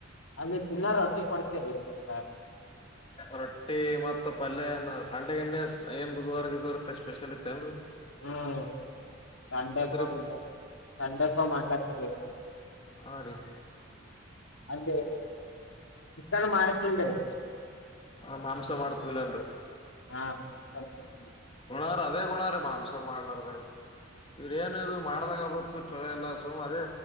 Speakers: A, on the left; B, on the left.
A: ಅಲ್ಲಿ ದಿನಾರ ರೊಟ್ಟಿ ಕೊಡ್ತ ನಮ್ಮೆ
B: ರೊಟ್ಟಿ ಮತ್ ಪಲ್ಯ ಸಂಡೆ ಗಂಡ ಏನ್ ಬುಧವಾರಗ ಇದ್ದವ್ರ ಸ್ಪೆಷಲ್ ಇತ್ತ ಏನ್ರಿ
A: ಹ್ಮ್ ಸಂಡಕ್ಕ
B: ಬುದ್
A: ತಂಡಕ್ಕ ಮಂಡರ
B: ಹಾ ರೀ
A: ಅದ ಚಿಕ್ಕಣ ಮಾಡ್ಕಲ್್ರೀ
B: ಹ ಮಾಂಸ ಮಾಡ್ತದಿಲ್ಲನ್ರಿ
A: ಹಾ ಮಾಂಸ ಮಾಡ್ತೀವಿ
B: ಹಣಾರ ಅದೇ ಗುಣ ರ ಮಾಂಸ ಮಾಡ್ಲಾರ್ದ ಇವ್ರ ಏನ್ ಇದು ಮಾಡ್ದಂಗ ಆಗ್ಬೇಕು ಚೊಲೋ ಇಲ್ಲ ಸುಮ್ ಅದೇ